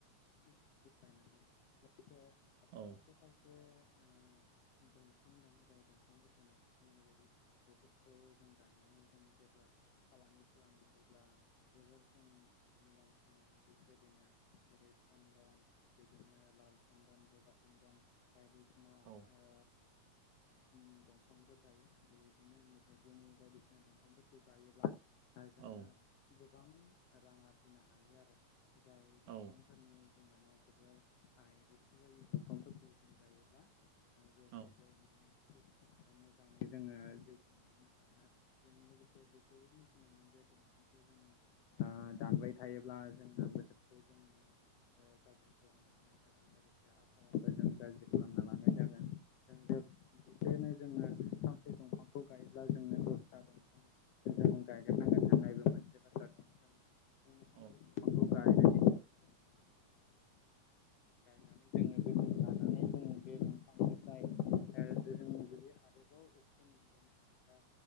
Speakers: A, on the left; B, on the right.
A: <unintelligible> खौ गायनांगौ सेया
B: औ
A: खायसे खायसे ओ दंफां दं जाय दंफांफोरखौ नो बुंनाय बायदि बेफोरखौ जों गायनानै जों जेब्ला फालांगि खालामो अ ब्ला जोबोर जों मुलाम्फा मोनो बेफोरबायदिनो जेरै चन्दन बिदिनो लाल सन्दन बगा सन्दन बायदि ना
B: औ
A: ओ उम दंफांफोर गायो बेदिनो मेगनि बायदिसिना दंफांफोरखौ गायो ब्ला हा
B: औ
A: जोंङो
B: औ
A: गोबां रां आरजिनो हायो आरो जाय दंफांफोरनि
B: औ
A: माना जोबोर हाय बेफोरबायदि दंफांफोरखौ जों गायोब्ला जेब्लायबो
B: औ
A: माने मोजाङै जोंङो जिउ खुंलांनो हागोन आरो जों लोगोसे बे खौबो मिथिनांगोन जे दं फांखौ जोंङो ओ दानबाय थायोब्ला जोंनो बोथोरखौ जोंनो ओ गाज्रि खालामना लानाय जागोन लोगोसे आबहावाखौ जों गाज्रि खालामना लानाय जागोन जों जे बेखायनो जोंङो फांसे दंफांखौ गायोब्ला जोंङो दसथा दंफां गंरं गायगारनांगोन होननायबो मसे बाथ्रा दं जों फांसे
B: औ
A: दंफांखौ गायनो गायनानै जोङो जोथोन लानानै जों बे दंफांनिफ्राय जों जुदि आरोबाव अक्सिजेन मोनबावनो हायोबा